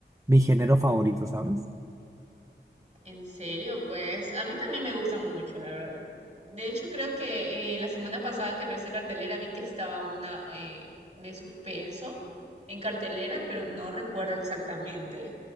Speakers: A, on the right (about 15°); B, on the right (about 40°).
A: mi género favorito, ¿sabes?
B: En serio, pues a mí también me gustan mucho, la verdad. De hecho, creo que eh, la semana pasada que revisé cartelera vi que estaba una eh, de suspenso en cartelera, pero no recuerdo exactamente